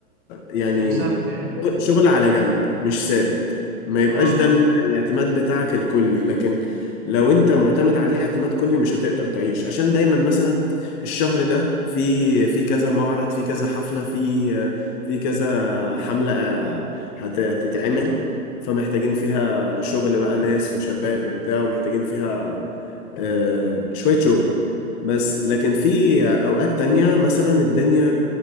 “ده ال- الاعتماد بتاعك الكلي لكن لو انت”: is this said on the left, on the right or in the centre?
Left